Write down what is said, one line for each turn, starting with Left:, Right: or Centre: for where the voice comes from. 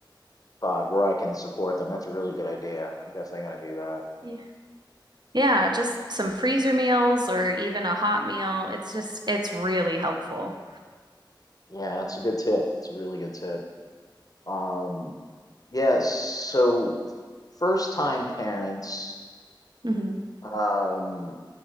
Left: spot where I can support them. That's a really good idea. I'm definitely gonna do that.
Right: Yeah. Yeah, just some freezer meals or even a hot meal. It's just, it's really helpful.
Left: Yeah, that's a good tip. It's a really good tip. Um, yeah. So first time parents.
Right: Mhm.
Left: Um,